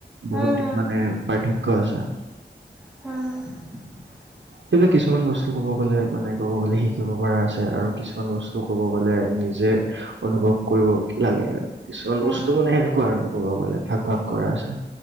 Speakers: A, in the centre; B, on the right (about 85°).
A: হম
B: বহুত
A: হম
B: মানে পাৰ্থক্য আছে।
A: উম।
B: সেইবিলাক কিছুমান বস্তু ক'ব গ'লে মানে ক'ব গ'লে শিকিব পৰা আছে আৰু কিছুমান বস্তু ক'ব গ'লে নিজে অনুভৱ কৰিব লাগে আৰু। কিছুমান
A: উম উম
B: বস্তু মানে সেনেকুৱা আৰু ক'ব গ'লে, ভাগ - ভাগ কৰা আছে।